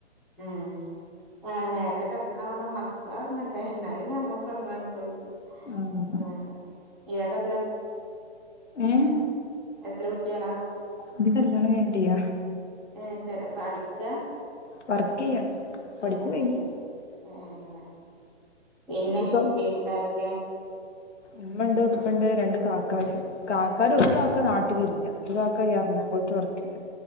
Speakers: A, in the centre; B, on the left.
A: ഉം ആ നേരത്തെ കിടക്കണ നല്ലത് മക്കളുറങ്ങണ്ടേ എന്നലലോ നമ്മുക്ക് ഉറങ്ങാൻ പറ്റുള്ളൂ
B: ആഹ്
A: അതെ ഇയാൾക്ക്
B: ഏഹ്
A: എത്ര കുട്ടികളാ
B: എന്റെ കല്യാണം കഴിഞ്ഞിട്ടില്ല
A: ഏ ശരി പഠിക്ക
B: വർക്ക് ചെയ്യാണ് പഠിപ്പ്
A: ഏ
B: കഴിഞ്ഞു
A: ഏ ഏങ്ങനെ പിന്നെ
B: ഇപ്പൊ
A: വീട്ടിലാരൊക്കെ
B: ഉമ്മണ്ട് ഉപ്പണ്ട് രണ്ട് കാക്കാ കാക്കര് ഒരു കാക്ക നാട്ടിലില്ല ഒരു കാക്ക എറണാകുളത്ത് ത്ത് വർക്ക് ചെയ്യ